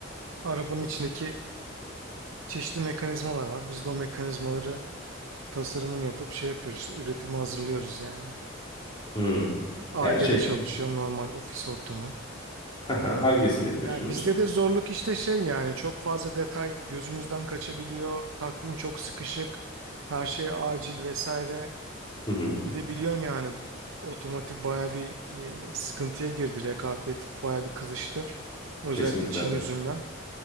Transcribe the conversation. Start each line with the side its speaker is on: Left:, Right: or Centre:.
Right: arabanın içindeki çeşitli mekanizmalar var. Biz de o mekanizmaları tasarımını yapıp şey yapıyoruz işte üretimi hazırlıyoruz yani.
Left: Hmm.
Right: Ar-Ge'de
Left: Ya şey,
Right: çalışıyorum normal ofis ortamı.
Left: <laughs> hı hı, Ar-Ge'sini yapıyorsunuz.
Right: Ya bizde de zorluk işte şey yani çok fazla detay gözümüzden kaçabiliyor. Takvim çok sıkışık. Her şey acil vesaire.
Left: Hı hı.
Right: Bir de biliyorsun yani otomotiv baya bir e, sıkıntıya girdi. Rekabet baya bir kızıştı. Özellikle
Left: Kesinlikle.
Right: Çin yüzünden.